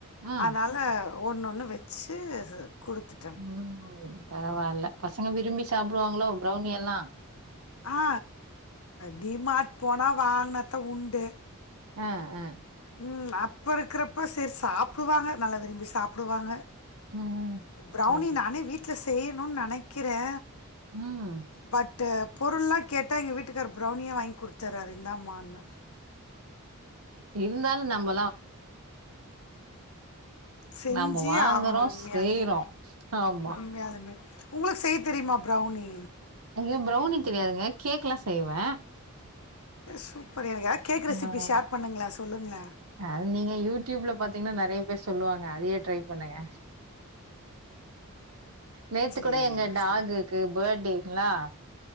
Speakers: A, on the right (about 80°); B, on the left (about 80°).
A: ஆ
B: அதால <inaudible> ஒன்னு ஒன்னு வச்சு குடுத்து
A: ம் பரவால்ல பசங்க விரும்பி சாப்டுவாங்ளோ ப்ரௌனி எல்லா
B: ஆ டிமார்ட் போனா வாங்னாதா உண்டு
A: ஆ ஆ
B: ம் அப்ப இருக்குறப்ப சேரி சாப்டுவாங்க நல்லா விரும்பி சாப்டுவாங்க
A: ம்
B: ப்ரௌனி
A: சரி சரி.
B: நானே வீட்ல செய்யணுனு நெனக்கிறே
A: ம்
B: பட்டு பொருள்லா கேட்டா எங்க வீட்டுக்கார் ப்ரௌனியே வாங்கி குடுத்தறாரு இந்தாம்மானு
A: இருந்தாலு நம்ப
B: செஞ்சே
A: நாம வாங்கறோ
B: ஆகணு உண்மையாலுமே
A: செய்றோ ஆமா
B: உண்மையாலுமே உங்ளுக்கு செய்ய தெரியுமா ப்ரௌனி
A: அ ப்ரௌனி தெரியாதுங்க கேக்லா செய்வே
B: சூப்பர் எனக்கு எதாது கேக் ரெசிபி
A: ஆ
B: ஷேர் பண்ணுங்களே சொல்லுங்ளே
A: அது நீங்க யூடியூப்ல பாத்தீங்கன்னா நெறய பேர் சொல்லுவாங்க அதயே ட்ரை பண்ணுங்க நேத்து
B: சேரி
A: கூட எங்க டாகுக்கு
B: சே
A: பர்த்டேங்களா